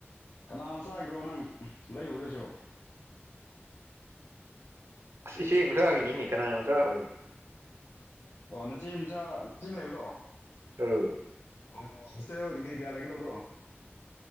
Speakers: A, on the left (about 85°); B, on the right (about 75°).
A: ꯀꯅꯥ ꯃꯆꯥꯒꯤꯔꯣ ꯅꯪ ꯂꯩꯔꯨꯗꯣꯏꯖꯤꯕꯣ
B: ꯑꯁ ꯏꯆꯦ ꯃꯆꯥꯒꯤꯅꯤꯅꯦ ꯀꯅꯥ ꯃꯆꯥ ꯑꯣꯏ
A: ꯑꯣ ꯅꯆꯦ ꯃꯆꯥ ꯆꯤꯡ ꯂꯩꯕꯗꯣ
B: ꯑꯧ
A: ꯑꯣꯁꯤꯁꯇꯔ ꯑ‌ꯣꯂꯤꯕꯤ ꯌꯥ ꯂꯩꯒꯗꯕꯗꯣ